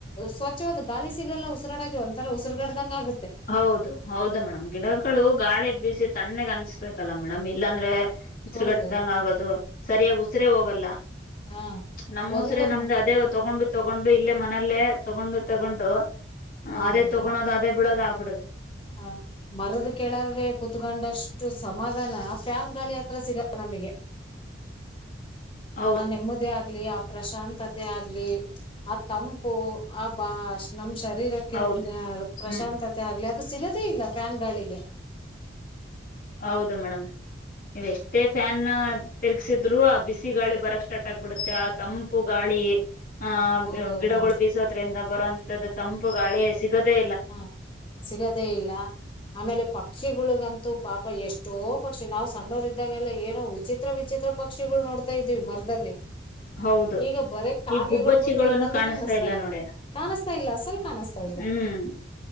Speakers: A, on the left; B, on the left.
A: ಸ್ವಚ್ಛ ವಾದ ಗಾಳಿ ಸಿಗಲ್ಲ ಉಸಿರಾಡೋಕೆ ಒಂಥರ ಉಸರು ಕಾಟ್ದಂಗೆ ಆಗ
B: ಹೌದು ಹೌದು ಮೇಡಮ್ ಗಿಡಗಳು ಗಾಳಿ ಬಿಸಿ ತಣ್ಣಗ ಅನ್ ಲ್ಲ ಮೇಡಮ್ ಇಲ್ಲಾಂದ್ರೆ ಉಸಿರುಗಟ್ಟ್ದಂಗ
A: ಹೌದು
B: ಆಗೋದು ಸರಿಯಾಗಿ ಉಸಿರೇ ಹೋಗಲ್ಲ
A: ಹಾ
B: ನಮ್
A: ಒಂದು
B: ಉಸಿರ ನಮ್ದ ಅದೇ ತಗೊಂಡು ತಗೊಂಡು ಇಲ್ಲೇ ನಲ್ಲೇ ತಗೊಂಡು ತಗೊಂಡು.
A: ಹೌದು
B: ಅದೇ
A: ಮೇಡಮ್
B: ತೊಗೊಳೊದು ಅದೇ ಬಿಡೋದ ಆಗ್
A: ಹ ಮರದ ಕೆಳಗೆ ಕೂತ್ಕೊಂಡಷ್ಟ. ಅಷ್ಟು ಸಮಾಧಾನ ಫ್ಯಾನ್ ಗಾಳಿ ಹತ್ರ ಸಿಗಲ್ಲ ನಮಗೆ.
B: ಹೌದು
A: ಹಾ ನೆಮ್ಮದಿ ಆಗ ಆ ಆ ಪ್ರಶಾಂತತೆ ಆಗ್ಲಿ ಆ ತಂಪು ಆ ಬ ನಂ ಶ ಶರೀರಕ್ಕೆ
B: ಹೌದು
A: ಪ್ರಶಾಂತತೆ
B: ಹ್ಮ್
A: ಆಗ್ಲಿದು ಅದು ಸಿಗದೇ ಇಲ್ಲ ಫ್ಯಾನ್ ಗಾಳಿಗೆ.
B: ಹೌದು ಮೇಡಮ್ ನೀವ್ ಎಷ್ಟೇ ಫ್ಯಾನ್ ತಿರ್ಗಸಿದ್ರು ಆ ಬಿಸಿ ಗಾಳಿ ಬರಕ್ ಸ್ಟಾರ್ಟ್ ಆಗ್ಬಿಡುತ್ತೆ ಆ ತಂಪು ಗಾಳಿ. ಹ
A: ಹೌದೌದು
B: ಗಿಡಗಳು ಬೀಸೋದ್ರಿಂದ ಬರುವಂತದ್ದು
A: ಮೇಡಮ್
B: ತಂಪು ಗಾಳಿ ಸಿಗದೆ
A: ಹಾ ಸಿಗದೇ ಇಲ್ಲ ಆಮೇಲೆ ಪಕ್ಷಿಗಳು. ಗಂತೂ ಪಾಪ ಎಷ್ಟೋ ಪಕ್ಷಿ ನಾವು ಸಣ್ಣರ್ ಇದ್ದಾಗೆಲ್ಲ ಏನೋ ವಿಚಿತ್ರ ವಿಚಿತ್ರ ಪಕ್ಷಿಗಳು ನೋಡ್ತಾ ಇದ್ವಿ ಮರದಲ್ಲಿ.
B: ಹೌದು
A: ಈಗ ಬರೇ ಕಾಗೆಗಳು
B: ಈ ಗುಬ್ಬಚ್ಚಿಗಳನ್ನು
A: ಬಿಟ್ಟು ಇನ್ನೊಂದು ಕಾಣಿಸ್ತಾ ಇಲ್ಲ
B: ನೋಡಿ
A: ಕಾಣಸ್ತಾ ಇಲ್ಲ ಅಸಲ್ ಕಾಣಿಸ್ತಾ ಇಲ್ಲ.
B: ಹ್ಮ್